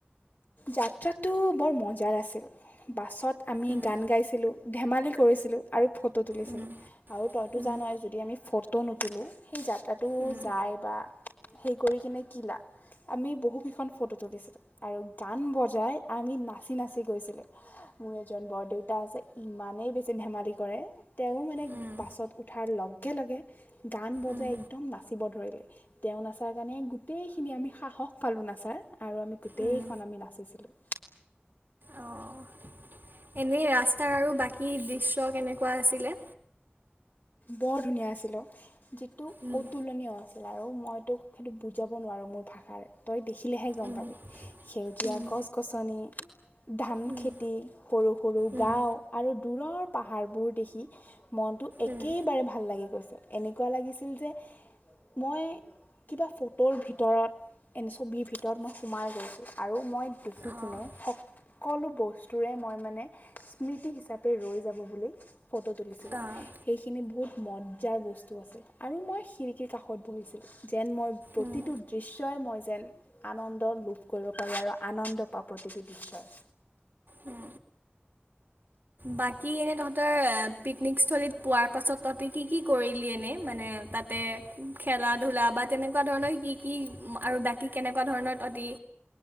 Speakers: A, on the left; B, on the right.
A: যাত্ৰাটো বৰ মজাৰ আছিল বাছত আমি
B: উম,
A: গান গাইছিলোঁ ধেমালি কৰিছিলোঁ আৰু ফো ফটো তুলিছিলো
B: উম,
A: আৰু তইতো
B: উম,
A: জানই যদি আমি ফটো ফটো নোতুলোঁ সেই যাত্ৰা তাতো
B: উম,
A: যায় বা হেই কৰি কিনে কি লাভ আমি বহু কেইখন ফটো তুলিছিলো আৰু গান বজাই আমি নাচি নাচি গৈছিলোঁ মোৰ এজন বৰদেউতা আছে ইমানেই বেছি ধেমালি কৰে। তেওঁ মানে
B: উম,
A: বাছত উঠাৰ লগ একেলগে গান বজাই
B: উম,
A: একদম নাচিব ধৰিলে। তেওঁ নাচাৰ কাৰণে গোটেই খিনি আমি সাহস পালো নাচাৰ। আৰু আমি গোটেই
B: উম,
A: নাচিছিলোঁ
B: অঁ এনেই ৰাস্তা আৰু বাকী দৃশ্য কেনেকুৱা আছিলে।
A: বৰ ধুনীয়া আছিলোঁ। যিটো
B: উম,
A: অতুলনীয় আছে আৰু মইতো সেইটো বুজাব নোৱাৰো মোৰ ভাষাৰে তই দে দেখিলেহে গম
B: উম,
A: পাবি সেউজীয়া
B: উম,
A: গছ গছনি ধান
B: উম,
A: খেতি সৰু সৰু
B: উম,
A: গাঁও আৰু দূৰৰ পাহাৰবোৰ দেখি মনটো এক
B: উম,
A: একেবাৰে ভাল লাগি গৈছে এনেকুৱা লাগিছিল যে মই কিবা ফটোৰ ভিতৰত এনে ছবিৰ ভিতৰত মই সোমাই গৈছোঁ আৰু মই দেখি
B: অ'
A: কিনে সকলো বস্তুৰে মই মানে স্মৃতি হিচাপে ৰৈ যাব বুলি ফটো তুলিছিলো।
B: অ',
A: বহুত মজাৰ বস্তু আছে আৰু মই খিৰিকীৰ কাষত বহিছিলো যেন মই প্ৰতিটো
B: উম,
A: দৃশ্যই মই যেন আনন্দ লোভ কৰিব পাৰি আৰু আনন্দ পাওঁ প্ৰতিটো দৃশ্যৰ
B: উম। বাকী এনেই তহঁতৰ পিকনিকস্থলীত পোৱাৰ পাছত তহঁতি কি কি কৰিলি এনেই মানে তাতে খেলা ধূলা বা তেনেকুৱা ধৰণৰ কি কি আৰু বাকী কেনেকুৱা ধৰণৰ তহঁতি